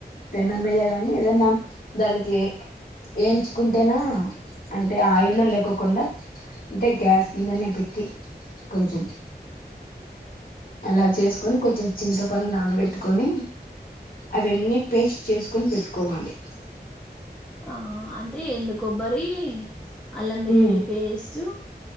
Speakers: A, on the left; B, in the centre.
A: పె నమ్మేదే గాని ఏదన్న దానికి ఏంచుకుంటేన అంటే ఆయిల్లో లేకకున్న అంటె గ్యాస్ మీదనే పెట్టి కొంచం అల చేస్కొని కొంచెం చింతపండు నానవెట్టుకొని అవెన్నీ పేస్ట్ చే స్కొన్ పెట్టుకోవాలి
B: ఆ అంటే ఎండు కొబ్బరీ అల్లమెల్లుల్లి
A: ఉమ్
B: పేస్టూ